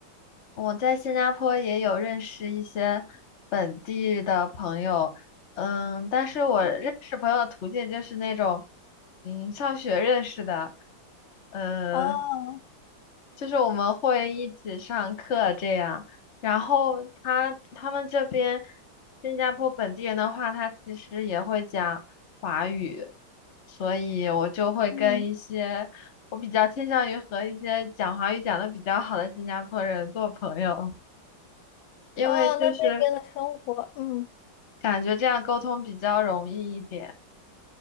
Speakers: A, on the left; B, on the left.
A: 我在新加坡也有认识一些本地的朋友，嗯，但是我认识朋友的途径就是那种，
B: 嗯，
A: 嗯，上学认识的，嗯。
B: 啊，
A: 就是我们会一起上课这样。然后他他们这边新加坡本地人的话，他其实也会讲华语，所以我就会跟一些我比较倾向于和一些讲华语讲的比较好的新加坡人做朋友，
B: 嗯，
A: 因为就是
B: 啊，那那边的生活，嗯。
A: 感觉这样沟通比较容易一点。